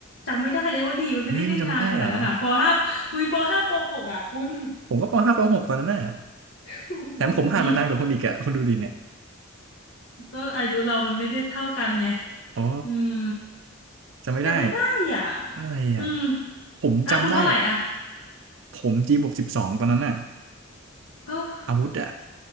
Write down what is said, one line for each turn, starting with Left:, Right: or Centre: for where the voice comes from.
Left: จำไม่ได้เลยว่าดีมันไม่ได้เล่นนานขนาดนั้นอ่ะปห้าอุ้ยปห้าปหกอ่ะคุณ
Right: เฮ้ยคุณจำไม่ได้เหรอผมก็ปห้าปหกตอนนั้นน่ะ
Left: โอุ้โหย
Right: แถมผมผ่านมานานกว่าคุณอีกอะคุณดูดิเนี่ย
Left: ก็อายุเรามันไม่ได้เท่ากันไง
Right: อ๋อ
Left: อืม
Right: จำไม่ได้
Left: จำไม่ได้อ่ะ
Right: อะไรอ่ะ
Left: อืม
Right: ผมจำได้
Left: อ่ะคุณเท่าไหร่อ่ะ
Right: ผมจีบวกสิบสองตอนนั้นน่ะ
Left: โอ้
Right: อาวุธอ่ะ